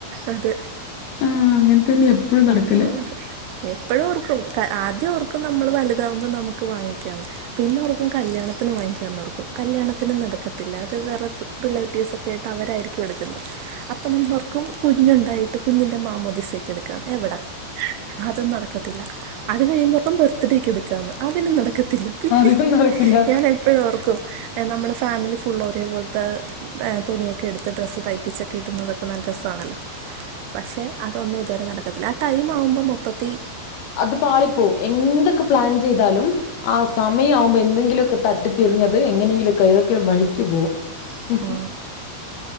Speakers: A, on the right; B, on the left.
A: അത്.
B: ആ അങ്ങനെ തന്നെ എപ്പഴും നടക്കല്
A: എന്താവെന്തൊ എപ്പഴു ഓർക്കും. ക ആദ്യം ഓർക്കും നമ്മൾ വലുതാകുമ്പോ നമുക്ക് വാങ്ങിക്കാം പിന്നെ ഓർക്കും കല്യാണത്തിന് വാങ്ങിക്കാനോർക്കും. കല്യാണത്തിനും നടക്കത്തില്ല അത് വേറെ പ് റിലേറ്റീവ്സൊക്കെ ആയിട്ട് അവരായിരിക്കും എടുക്കുന്നത്. അപ്പ നമ്മളൊർക്കും കുഞ്ഞുണ്ടായിട്ട് കുഞ്ഞി്ന്റെ മാമോദിസക്ക് എടുക്കാന്ന് എവിട. അതു നടക്കത്തില്ല അത് കഴിയുമ്പപ്പം ബർത്ത്ഡേക്ക് എടുക്കാന്ന് അതിനും നടക്കത്തില്ല. പിന്നെ
B: അതിനും നടക്കില്ല
A: ഞാൻ എപ്പഴും ഓർക്കും നമ്മള് ഫാമിലി ഫുള്ളോരേ പോലത്തെ എഹ് തുണിയൊക്കെ എടുത്ത് ഡ്രസ്സ് തൈപ്പിച്ചൊക്കെ ഇടുന്നത് നല്ല രസാണല്ലോ പക്ഷേ അതൊന്നും ഇതുവരെ നടക്കത്തില്ല ആ ടൈം ആവുമ്പോ മൊത്തത്തി
B: അത് പാളിപ്പോവും എന്തൊക്കെ പ്ലാൻ ചെയ്താലും. ആ സമയവുമ്പോ എന്തെങ്കിലൊക്കെ തട്ടിത്തിതിരിഞ്ഞത് എങ്ങനെങ്കിലൊക്കെ ഏതൊക്കെ വഴിക്ക് പോവും.
A: ആവുമ്പോ
B: ഹും ഹും